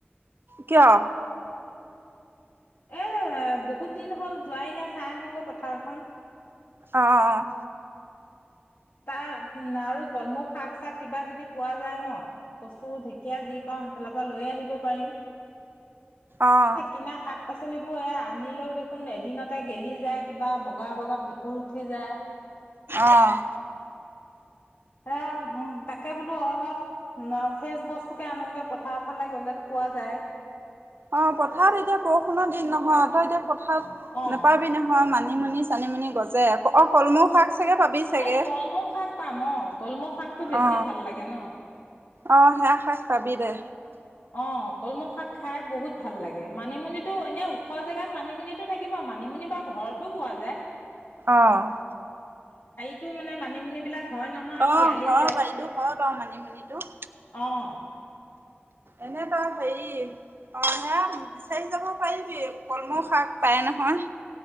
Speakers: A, on the right; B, on the left.
A: কিয়
B: এ বহুত দিন হ'ল যোৱাই নাই চাই আহগৈ পথাৰখন
A: অহ অহ
B: তাৰ আৰু কলমৌ শাক চাক কিবা কিবি পোৱা যায় ন কচু ঢেকীয়া যি পাওঁ সেইফালৰ পৰা লৈ আহিব পাৰিম
A: অহ
B: এ কিনা <unintelligible> আনিলেও দেখোন এদিনতে গেলি যায় কিবা বগা বগা ভেঁকুৰ উঠি যায়।
A: অহ
B: এ উম তাকে বোলো অলপ ফ্ৰেচ বস্তু আনকে পথাৰ ফালে গ'লেতো পোৱা যায়।
A: অ পথাৰত এতিয়া বৰষুণৰ দিন নহয় তই এতিয়া
B: অ
A: নাপাবি নহয় মানুহ মানিমুনি চানিমুনি গজে অ কলমৌ চাগে শাক পাবি চাগে।
B: এই কলমৌ শাক পাম অ কলমৌ শাকটো বেছি
A: অ
B: ভাল লাগে ন।
A: অ সেয়া শাক পাবি দে
B: অ কলমৌ শাক খাই বহুত ভাল লাগে মানিমুনিএনে ওখ জেগাত মানিমুনিটো থাকিব মানিমুনি বা ঘৰতো পোৱা যায়।
A: অহ
B: তই মানে মানিমুনি বিলাক হয় নহয়
A: অ
B: পিয়ালিয়ে
A: ঘৰ বাইদটো ঘৰ পাওঁ মানে যিতো
B: অঁ
A: এনে তো হেৰি অ সেয়া বিচাৰি যাব পাৰিবি কলমৌ শাক পাই নহয়।